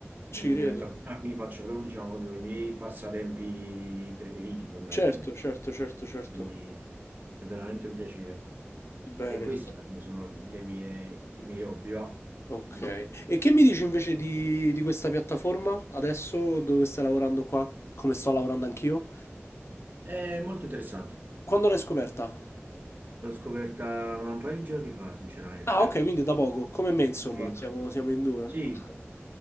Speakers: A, on the left (about 65°); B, on the right (about 40°).
A: ci
B: mm,
A: credo.
B: mi metto a cucinare, quindi faccio proprio, diciamo, proprio i miei passatempi preferiti fondamentalmente.
A: Certo, certo, certo, certo.
B: Quindi è veramente un piacere.
A: Bene.
B: E questi alla fine sono le mie, i miei hobby, va?
A: Ok.
B: Mm.
A: E che mi dici invece di, di questa piattaforma adesso dove stai lavorando qua, come sto lavorando anch'io?
B: È molto interessante.
A: Quando l'hai scoperta?
B: L'ho scoperta un paio di giorni fa, sinceramente.
A: Ah, ok, quindi da poco, come me insomma,
B: Sì,
A: siamo, siamo in due.
B: Sì,
A: Ok.